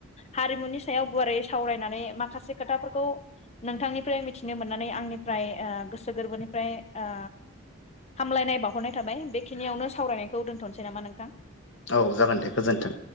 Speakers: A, on the left; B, on the left.
A: हारिमुनि सायाव गुवारै सावरायनानै माखासे खोथाफोरखौ नोंथांनिफ्राय मिथिनो मोननानै आंनिफ्राय ओ गोसो गोरबोनिफ्राय ओ हामलायनाय बावहरनाय थाबाय बेखिनियावनो सावरायनायखौ दोनथ'नसै नामा नोंथां?
B: औ जागोन दे गोजोनथों।